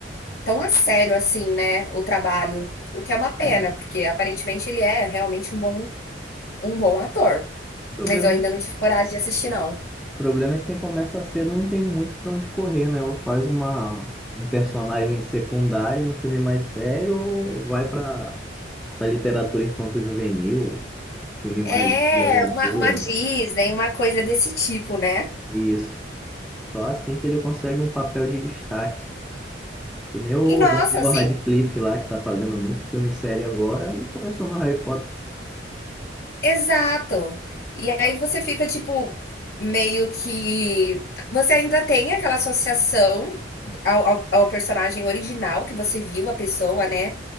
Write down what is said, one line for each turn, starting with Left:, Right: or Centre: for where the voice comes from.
Left: tão a sério assim, né? O trabalho. O que é uma pena,
Centre: é,
Left: porque aparentemente ele é realmente um bom, um bom ator.
Centre: problema
Left: Mas eu ainda
Centre: de...
Left: não
Centre: o
Left: tive coragem de assistir, não.
Centre: problema é que quem começa cedo não tem muito para onde correr, né? Ou faz uma um personagem secundário, em um filme mais sério, ou vai para essa literatura infanto-juvenil, filme mais
Left: É,
Centre: de aventura.
Left: uma, uma Disney, uma coisa desse tipo, né?
Centre: Isso. Só assim que ele consegue um papel de destaque. Que nem o
Left: E nossa,
Centre: Daniel
Left: assim,
Centre: Radcliffe lá, que tá fazendo muito filme sério agora e começou no Harry Potter.
Left: Exato. E aí você fica tipo meio que você ainda tem aquela associação ao, ao- ao personagem original que você viu a pessoa, né,